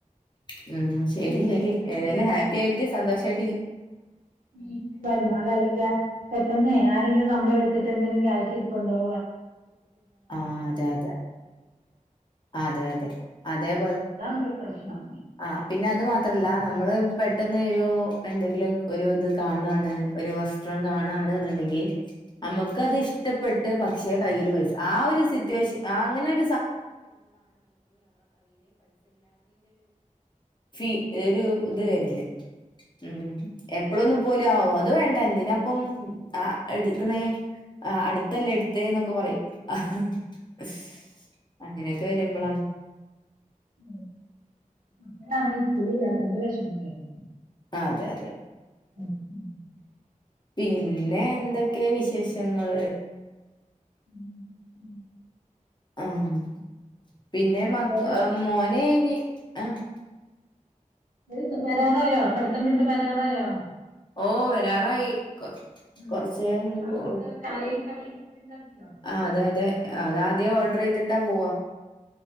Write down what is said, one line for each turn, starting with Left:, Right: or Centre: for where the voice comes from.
Left: <unintelligible> ഉം ശരി
Right: ഇനി
Left: ശരി
Right: പെട്ടെന്ന്
Left: ഏതായാലും ഹാപ്പിയിയിട്ട് സന്തോഷായിട്ടിരി
Right: ഉം ഉം പരുന്നാലായിരിക്കാ പെട്ടെന്നേ ആരെങ്കിലു നമ്മളെ വിളി ച്ചിട്ട് എന്തെങ്കിലും ക്യാഷിരിപ്പുണ്ടോ
Left: ആഹ് അതെ അതെ അതെ അതെ അതേപോലെ
Right: ഇപ്പ പ്രശ്നം
Left: ആഹ് പിന്നെ അത് മാത്രല്ല നമ്മ മ്മള് പെട്ടെന്നെനു എന്തെങ്കിലും ഒരു ഇത് കാണാണ് ഒരു വസ്ത്രം കാണാണ്ന്നുണ്ടെങ്കി നമുക്കത് ഇഷ്ടപ്പെട്ട് പക്ഷെ കയ്യിൽ പൈസ ആ ഒരു സിറ്റുവേഷൻ ആഹ് ഫി ഒരു ഇത് വരില്ലേ ഉം എപ്പലൊന്നും പോല ആവോ അ അത് വേണ്ട എന്തിനാപ്പം ആഹ് എടുക്ക്ണേ ആഹ് അടുത്തല്ലേ എടുത്തെ എന്നൊക്കെ പറയും ആഹ് <unintelligible> അങ്ങനെയക്കെ വരുമ്പോളാണ്
Right: ഉം അപ്പഴാണ് ഒരു ജോലി ഇല്ലാത്തെന്റെ വേഷമം അറയാൻ
Left: അതെ അതെ
Right: <unintelligible>
Left: പിന്നെ എന്തൊക്കെയ വിശേഷങ്ങൾ
Right: ഉം ഉം
Left: ആഹ് പിന്നെ മക്
Right: ഇവര്
Left: മോനെ ഇനി ആഹ്
Right: ത് വരാറായോ പഠിത്തം വിട്ട് വരാറായോ
Left: ഓഹ് വരാറായി കൊ
Right: ഉം
Left: കൊറച്ചഴിയുമ്പോ
Right: ഉം അപ്പൊ അവർക്ക് ചായയും കടിയും ഒക്കെ ഉണ്ടാക്കിയോ
Left: ആഹ് അതെ അതെ അതാദ്യം ഓർഡറെയ്തിട്ടാ പോവാ